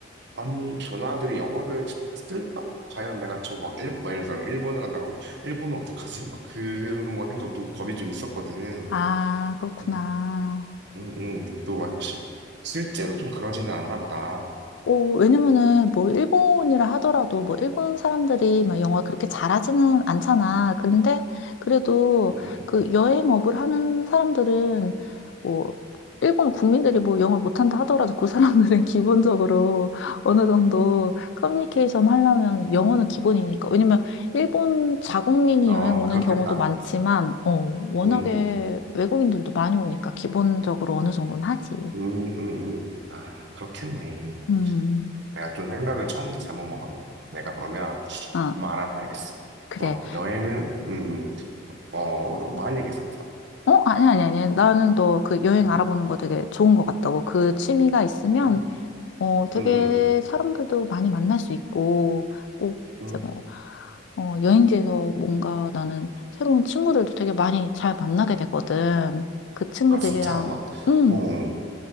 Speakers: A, on the right; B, on the left.
A: 아니 전화들이 영어를 쓸까? 과연 내가 저막 일, 막 예를 들어 일본을 간다 그러면 일본은 어떡하지? 막 그런 거 생각 좀 겁이 좀 있었거든.
B: 아, 그렇구나.
A: 음, 음, 음. 또 막, 시, 실제로 좀 그러지는 않나 보다.
B: 오, 왜냐면은 뭐 일본이라 하더라도 뭐 일본 사람들이 막 영어 그렇게 잘하지는 않잖아. 근데 그래도
A: 음, 음.
B: 그 여행업을 하는 사람들은 뭐 일본 국민들이 뭐 영어를 못한다 하더라도 그 사람들은 <laughs> 기본적으로 어느 정도 커뮤니케이션 하려면 영어는 기본이니까. 왜냐면 일본 자국민이
A: 어,
B: 여행 오는
A: 그렇겠다.
B: 경우도 많지만, 어, 워낙에
A: 음, 음.
B: 외국인들도 많이 오니까 기본적으로 어느 정도는 하지.
A: 음, 음, 음. 음. 아, 그렇겠네.
B: 음,
A: 내가 좀 생각을 처음부터 잘못 먹었네. 내가 그러면
B: 아,
A: 뭐 알아봐야겠어.
B: 그래.
A: 좋아. 여행은, 음, 음. 어, 어, 뭐할 얘기 있었어?
B: 어, 아니, 아니, 아니. 나는 너 그
A: 음,
B: 여행 알아보는 거 되게 좋은 것 같다고. 그 취미가 있으면,
A: <laughs>
B: 어, 되게
A: 음, 음.
B: 사람들도 많이 만날 수 있고, 꼭
A: 음.
B: 이제 뭐, 어, 여행지에서 뭔가 나는 새로운 친구들도 되게 많이 잘 만나게 되거든. 그 친구들이랑,
A: 아, 진짜? 막,
B: 음,
A: 어, 어.